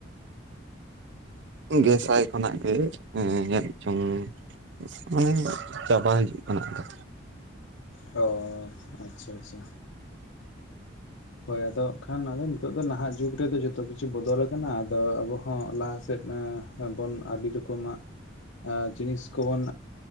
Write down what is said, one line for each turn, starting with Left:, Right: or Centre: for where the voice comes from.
Right: ᱜᱮᱥᱟᱭ ᱠᱷᱚᱱᱟᱜ ᱜᱮ ᱧᱮᱞᱪᱚᱝ ᱢᱮ ᱚᱱᱮ ᱪᱟᱵᱟ ᱦᱤᱡᱩᱜ ᱠᱟᱱᱟ ᱟᱫᱚ
Left: ᱚ ᱟᱪᱷᱟ-ᱟᱪᱷᱟ ᱦᱚᱭ ᱟᱫᱚ ᱠᱷᱟᱱ ᱟᱫᱚ ᱱᱤᱛᱚᱜ ᱫᱚ ᱱᱟᱦᱟᱜ ᱡᱩᱜᱽ ᱨᱮᱫᱚ ᱡᱚᱛᱚ ᱠᱤᱪᱷᱩ ᱵᱚᱫᱚᱞ ᱟᱠᱟᱱᱟ ᱟᱫᱚ ᱟᱵᱚ ᱦᱚᱸ ᱞᱟᱦᱟᱼᱼ ᱥᱮᱫ ᱵᱚᱱ ᱟᱹᱰᱤ ᱨᱚᱠᱚᱢᱟᱜ ᱡᱤᱱᱤᱥ ᱠᱚᱵᱚᱱ